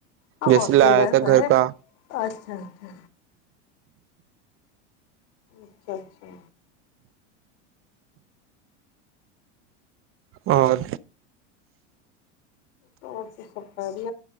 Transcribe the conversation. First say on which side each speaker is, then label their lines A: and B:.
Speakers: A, on the left (about 70°); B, on the right (about 35°).
A: ہاں
B: جیسے
A: ہاسٹل
B: لایا
A: بتا
B: تھا گھر
A: ہے
B: کا
A: اچھا اچھا اچھا اچھا
B: اور
A: تو سب کہہی